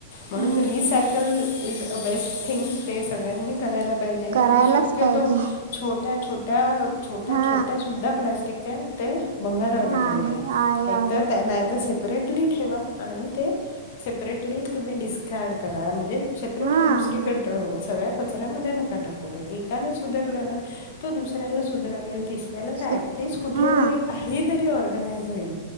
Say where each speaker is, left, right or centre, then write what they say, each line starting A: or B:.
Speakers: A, on the left; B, on the right.
A: म्हणून
B: हा
A: recycle is a best thing ते सगळ्यांनी करायला पाहिजे
B: करायलाच
A: आणि शक्य
B: पाहिजे
A: तो छोट्या छोट्या छोट्या
B: हा
A: छोट्या सुद्धा प्लास्टिकच्या ते भंगारवाल्या
B: आहे
A: कडे द्या
B: आहे आहे
A: एकतर त्या नाय तर से परेटली ठेवा आणि ते सेपरेटली तुम्ही डिस्कार्ड करा म्हणजे सेपरेटली
B: हा
A: दुसरीकड
B: बरोबर आहे
A: सगळ्या कचऱ्यामध्ये नका टाकव ते एकाने सुधरले ना तो दुसऱ्याला सुधरवेल तिसऱ्याला
B: स
A: तर ऍटलिस्ट कुठेतरी
B: हा
A: काही तरी ऑर्गनाइज होईल.